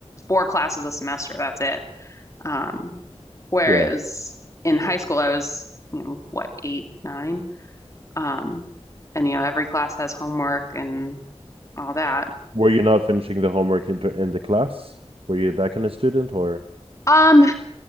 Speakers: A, on the left; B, on the right.
A: four classes a semester, that's it. Um, whereas
B: Yeah.
A: in high school I was, you know, what, eight, nine? Um, and you know, every class has homework and all that.
B: Were you not finishing the homework in, in the class? Were you that kind of student or?
A: Um,